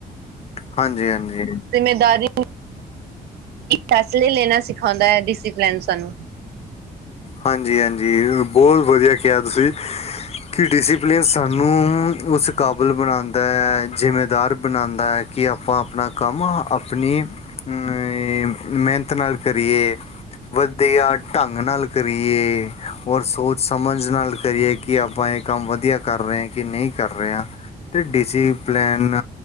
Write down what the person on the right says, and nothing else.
ਜ਼ਿੰਮੇਦਾਰੀ ਫੈਸਲੇ ਲੈਣਾ ਸਿਖਾਉਦਾ ਹੈ ਡਿਸਪਲਨ ਸਾਨੂੰ